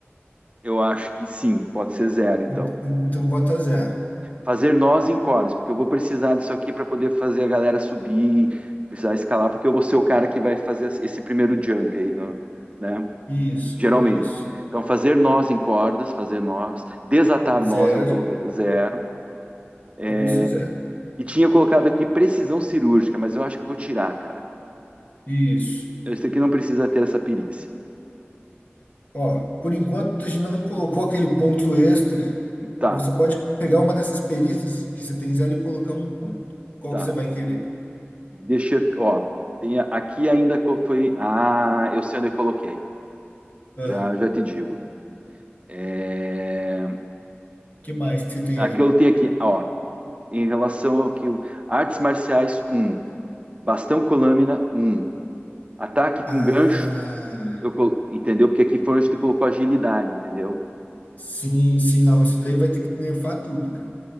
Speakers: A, on the right; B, on the left.
A: Eu acho que sim, pode ser zero, então.
B: En- en- Então bota zero.
A: Fazer nós em cordas, porque eu vou precisar disso aqui para poder fazer a galera subir, precisar escalar, porque eu vou ser o cara que vai fazer esse primeiro jump aí, né?
B: Isso,
A: Geralmente.
B: isso.
A: Então, fazer nós em cordas, fazer nós, desatar
B: Zero,
A: nós, eu coloquei zero. É,
B: tudo isso zero.
A: E tinha colocado aqui precisão cirúrgica, mas eu acho que eu vou tirar, cara.
B: Isso.
A: Esse aqui não precisa ter essa perícia.
B: Ó, por enquanto a gente não colocou aquele ponto extra,
A: Tá,
B: que você pode pegar uma dessas perícias que você tem zero e colocar um ponto. Qual
A: tá.
B: que você vai querer?
A: Deixa eu, ó, tem a- aqui ainda que eu fui. Ah, eu sei onde eu coloquei.
B: Ah,
A: Já, já te digo. É,
B: que mais que você tem
A: aqui
B: aí?
A: eu tenho aqui, ó, em relação ao que o- artes marciais um bastão com lâmina 1, ataque com
B: Ah,
A: gancho, eu colo- entendeu? Porque aqui foi onde tu colocou agilidade, entendeu?
B: sim, sim, não. Isso daí vai ter que nerfar tudo, cara.